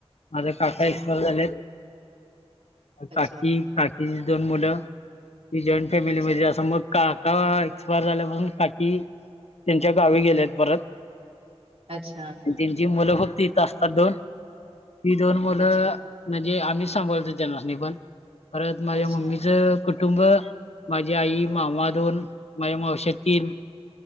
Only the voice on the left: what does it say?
माझा काका
एक्सपर झालेत
काकी काकीची दोन मुलं ती जॉईंट फॅमिली
मध्ये असं मग काक काका एक्सपायर झाल्यापासून काकी त्यांच्या गावी गेलेत परत
तेंचि मुलं फक्त इथं असतात दोन ही दोन मुलं
म्हणजे आम्हीच सांभाळतोय तेनास्नी पण परत माझ्या
मम्मीच कु कुटुंब माझी आई, मामा दोन, माझे मावशे तीन